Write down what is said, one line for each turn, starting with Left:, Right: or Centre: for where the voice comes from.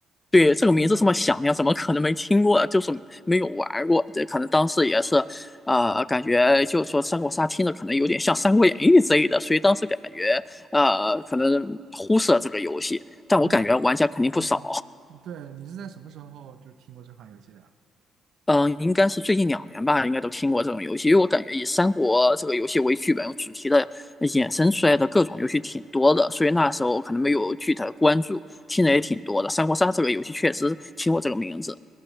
Left: 对这个名字这么响亮，
Right: 就是
Left: 怎么可能没听过？就是没有玩过，这可能当时也是，呃，感觉就是说三国杀听着可能有点像《三国演义》之类的，所以当时感觉呃，可能忽视了这个游戏，但我感觉玩家肯定不少。
Right: 您那，嗯，对，你是在什么时候就听过这款游戏的啊
Left: 嗯，应该是最近两年吧，应该都听过这种游戏，因为我感觉以三国这个游戏为剧本主题的呃衍生出来的各种游戏挺多的，所以那时候可能没有具体的关注，听的也挺多的。三国杀这个游戏确实听过这个名字，